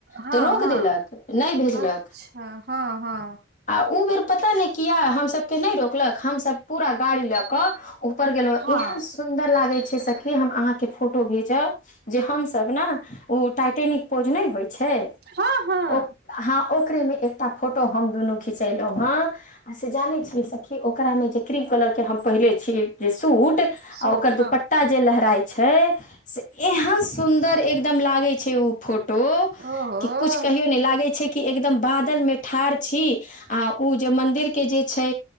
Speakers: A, on the right; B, on the left.
A: हँ
B: तऽ रोक
A: हँ
B: देलक नहि भेजलक
A: अच्छा हँ हँ
B: आ ओ बेर पता नहि किया हमसभके नहि रोकलक हमसभ पूरा गाड़ी लऽ कऽ ऊपर गेलौं
A: हँ
B: एहन सुन्दर लागै छै सखी हम अहाँके फोटो भेजब जे हमसभ न ओ टाइटेनिक पोज नहि होय छै
A: हँ हँ
B: ओ हँ ओकरे मे एकटा फोटो हम दुनू खिचेलौं हं आ से जानै छियै सखी ओकरा में जे क्रीम कलर के हम पहिनेे छी जे सूट
A: सूट
B: आ ओकर
A: हँ
B: दुपट्टा जे लहराई छै से एहन सुन्दर एकदम लागे छै उ फोटो
A: ओहो
B: कि कुछ कहियो ने लागे छै कि एकदम बादल में ठार छी आ उ जे मन्दिर के जे छै